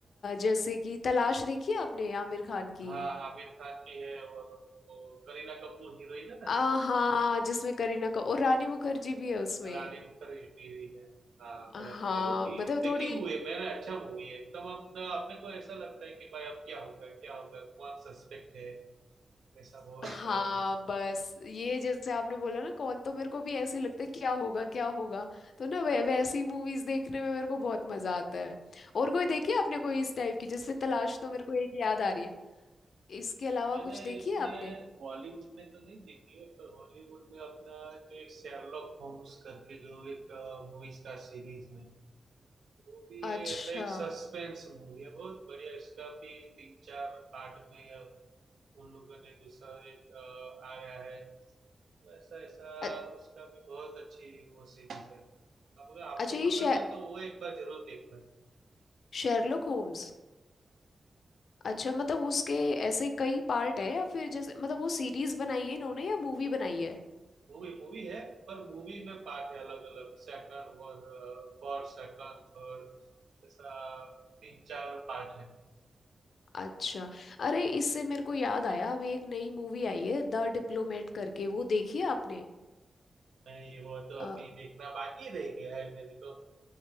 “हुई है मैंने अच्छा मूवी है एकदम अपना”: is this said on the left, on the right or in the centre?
Right